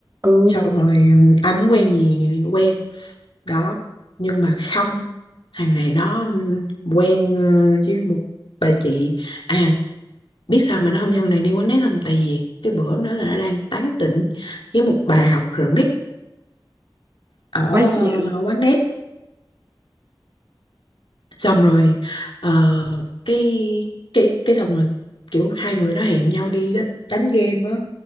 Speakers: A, on the right (about 35°); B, on the left (about 85°).
A: ừ
B: Xong rồi ừ, ai muốn quen gì quen đó nhưng mà không thằng này nó ừm, quen ờ, với một bà chị à biết sao mà nó không cho con này đi quán nét không tại vì cái bữa hôm đó là nó đang tán tỉnh với một bà học remix ở,
A: quá dịu
B: ở quán nét xong rồi ờ, cái cái cái xong rồi kiểu hai người nó hẹn nhau đi đó, đánh game á